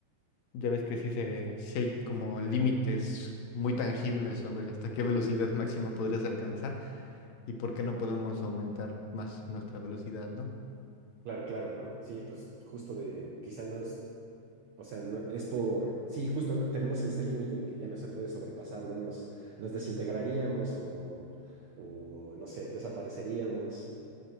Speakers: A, on the left (about 75°); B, on the right (about 70°).
A: ya ves que sí, se, sí hay como límites muy tangibles sobre hasta qué velocidad máxima podrías alcanzar y por qué no podemos aumentar más nuestra velocidad, ¿no?
B: Claro, claro, ¿no? Sí, pues justo de, quizá no es, o sea, no, es por, sí, justo no- tenemos este límite de que ya no se puede sobrepasar, ¿no? Nos, nos desintegraríamos o, o, no sé, desapareceríamos,